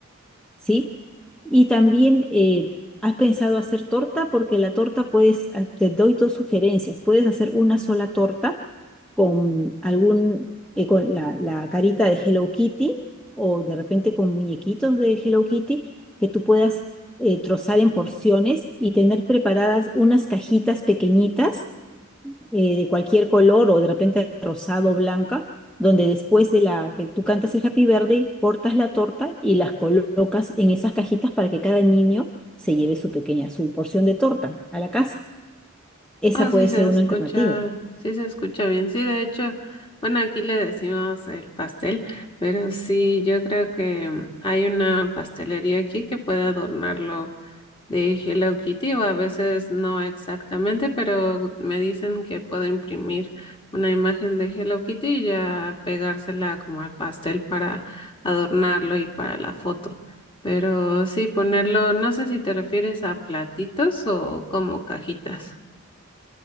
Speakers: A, in the centre; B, on the left.
A: ¿sí? Y también eh, has pensado hacer torta porque la torta puedes, ah, te doy dos sugerencias, puedes hacer una sola torta con algún, eh, con la, la carita de Hello Kitty o de repente con muñequitos de Hello Kitty que tú puedas eh, trozar en porciones y tener preparadas unas cajitas pequeñitas eh, de cualquier color o de repente rosado o blanca, donde después de la que tú cantas el Happy Birthday, cortas la torta y las colocas en esas cajitas para que cada niño se lleve su pequeña, su porción de torta a la casa. Esa
B: Ah,
A: puede
B: sí se
A: ser
B: escucha,
A: una alternativa.
B: sí se escucha bien. Sí, de hecho, bueno, aquí le decimos el pastel, pero sí, yo creo que hay una pastelería aquí que puede adornarlo de Hello Kitty o a veces no exactamente, pero me dicen que puedo imprimir una imagen de Hello Kitty y ya pegársela como al pastel para adornarlo y para la foto. Pero sí, ponerlo, no sé si te refieres a platitos o como cajitas.